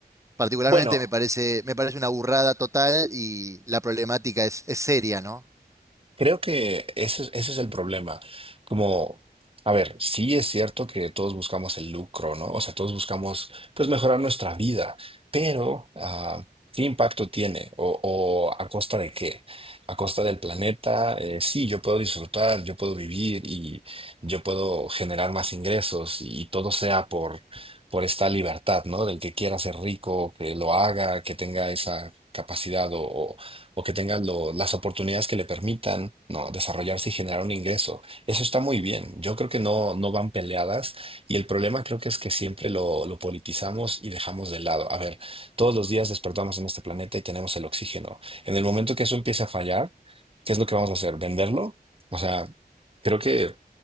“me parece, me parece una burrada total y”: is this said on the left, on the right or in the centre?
Right